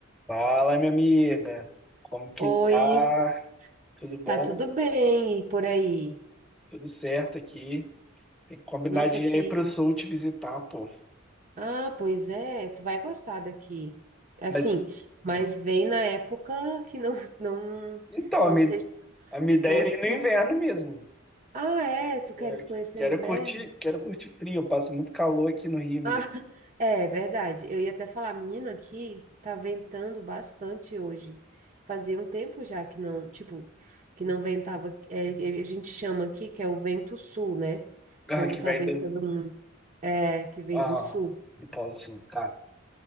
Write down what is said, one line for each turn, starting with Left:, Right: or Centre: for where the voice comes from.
Centre: Fala, minha amiga. Como que
Right: Oi,
Centre: tá? Tudo bom?
Right: tá tudo bem e por aí?
Centre: Tudo certo aqui. Tem que combinar
Right: Nossa,
Centre: de
Right: aqui.
Centre: ir aí pro sul te visitar, pô.
Right: Ah, pois é, tu vai gostar daqui. Assim,
Centre: Mas,
Right: mas
Centre: hum.
Right: vem na época que não <laughs> não
Centre: Então,
Right: não
Centre: a minha,
Right: seja
Centre: a minha ideia
Right: tão
Centre: era
Right: frio.
Centre: ir no inverno mesmo.
Right: Ah, é, tu queres
Centre: É,
Right: conhecer
Centre: quero
Right: o inverno?
Centre: curtir, quero curtir frio. Eu passo muito calor aqui no Rio,
Right: <laughs>
Centre: menino.
Right: Ah,
Centre: <laughs>
Right: é verdade. Eu ia até falar, menina, aqui tá ventando bastante hoje. Fazia um tempo já que não, tipo, que não ventava. É, ele- a gente chama aqui que é o vento sul, né?
Centre: Ah,
Right: Quando
Centre: que
Right: tá
Centre: vem
Right: ventando
Centre: do,
Right: muito. É, que vem
Centre: ah,
Right: do sul.
Centre: do Polo Sul, cara.